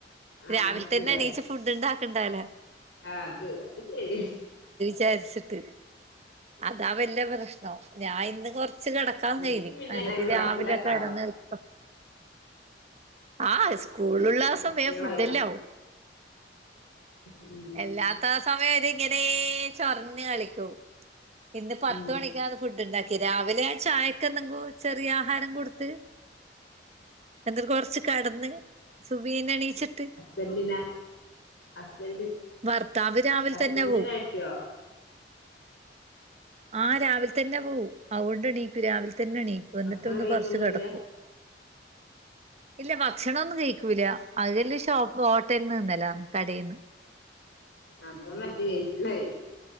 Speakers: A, on the left; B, on the right.
A: ആ
B: രാവിലെ
A: അനക്കില്ലേ
B: തന്നെ എണീച്ച് ഫുഡ് ഉണ്ടാക്കണ്ടാവല്ലോ
A: ആഹ് അത് ശരി
B: ചാരിച്ചിട്ട് അതാ വല പ്രശ്ന ഞാൻ ഇന്ന് കൊറ കിട ക്കന്ന്
A: എനിക്ക്
B: കരുതി
A: പിന്നെ
B: എന്നിട്ട്
A: എങ്ങനെ
B: രാവിലെക്കെ
A: ഫുഡൊക്കെ ആവണം
B: ഇടന്ന് എത്ത ആഹ് സ്കൂളുള്ളാ
A: ഏ കുട്ടികളായി
B: സമയം പോവും
A: ഉം
B: എല്ലാത്ത സമയം ര് ഇങ്ങനെ ചൊറിഞ്ഞ് കളിക്കും ഇന്ന് പത്ത്
A: ഉം
B: മണിക്കാണ് ഫുഡ് ഉണ്ടാക്കി രാവിലെ ചായക്ക എന്തെങ്കും ചെറിയ ആഹാരം കൊടുത്ത് എന്നട്ട കൊറച്ച് കടന്ന് സുബീന എണീച്ചി
A: ഹസ്ബൻറിന ഹസ്ബൻഡ
B: ഭർത്താവ് രാവിലെ
A: ഹസ്ബൻറിന്
B: തന്നെ പോവും
A: കിട്ടിയോ
B: ആഹ് രാവിലെ തന്നെ പോവും അതുകൊണ്ട്ണീക്കൂ രാവിലെ തന്നെണീക്കൂ എന്നിട്ട്
A: ഭക്ഷണം
B: ഒന്ന്
A: കഴിക്കൊന്നുല്ല
B: കൊറച്ച് കിടക്കൂ ഇല്ല ഭക്ഷണൊന്നും കഴിക്കൂല അതല് ഷോപ്പ് ബോട്ടല നിന്നല്ല കടയിൽ നിന്ന്
A: അതൊ കയിച്ചായി <inaudible>